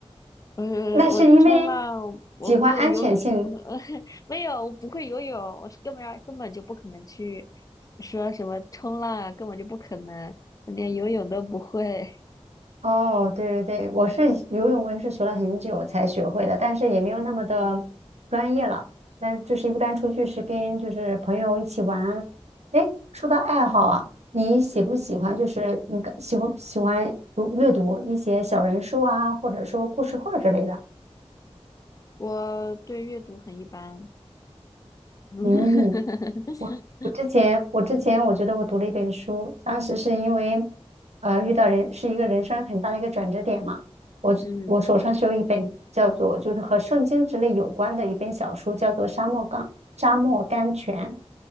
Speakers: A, on the left (about 30°); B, on the right (about 80°).
A: 嗯，
B: 那是因为
A: 我冲浪，我没有游，
B: 喜欢安全性
A: <laughs> 没有，我不会游泳，我是根本上根本就不可能去说什么冲浪啊根本就不可能，我连游泳都不会。
B: 哦，对对对，我是游泳，我也是学了很久才学会的，但是也没有那么的专业了。
A: 嗯
B: 但就是一般出去是跟就是朋友一起玩。哎，说到爱好啊，你喜不喜欢就是你感喜欢喜欢读阅读一些小人书啊，
A: 嗯，
B: 或者说故事会儿之类的？
A: 我对阅读很一般。<laughs>
B: 嗯。我之前，我之前我觉得我读了一本书，当时是因为，呃，遇到人是一个人生很大的一个转折点嘛。我我手上是有一本叫做就是和圣经之类有关的一本小书，
A: 嗯
B: 叫做《沙漠甘沙漠甘泉》，